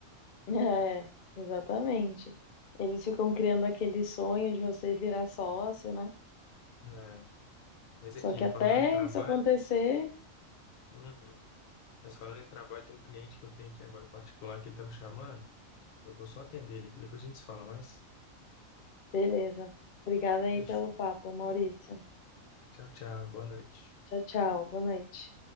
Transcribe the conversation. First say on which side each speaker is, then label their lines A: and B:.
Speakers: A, on the left; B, on the left.
A: É, exatamente. Eles ficam criando aquele sonho de você virar sócio, né?
B: É, Mas aqui,
A: Só que
B: falando
A: até
B: em trabalho,
A: isso acontecer,
B: uhum. Mas falando em trabalho, tem um cliente que eu tenho aqui agora particular que ele tá me chamando. Eu vou só atender ele aqui, depois a gente se fala, mas
A: Beleza. Obrigada aí
B: fechou.
A: pelo papo, Maurício.
B: Tchau, tchau, boa noite.
A: Tchau, tchau. Boa noite.